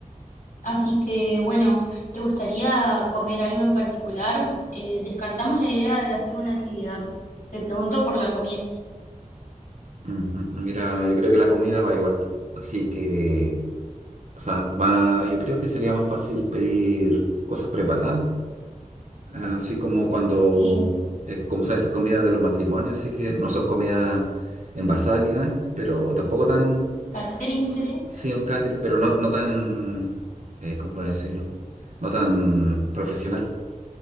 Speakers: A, on the left; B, on the right.
A: Así que bueno, ¿te gustaría comer algo en particular? Eh, descartamos la idea de hacer una actividad. Te pregunto por la comida.
B: ujú, mira, yo creo que la comida va igual, así que, o sea, va- yo creo que sería más fácil pedir cosas preparadas Ah, Así como cuando,
A: Sí.
B: eh, como son esas comidas de los matrimonios, así que no son comidas envasadas ni nada, pero tampoco tan,
A: ¿Catering sería?
B: sí, un catering, pero no, no tan, eh, ¿cómo puedo decirlo? No tan profesional.